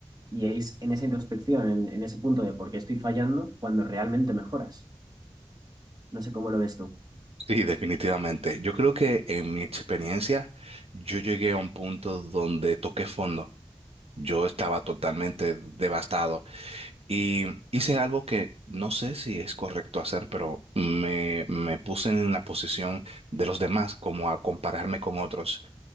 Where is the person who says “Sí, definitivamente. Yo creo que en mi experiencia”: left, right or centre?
Right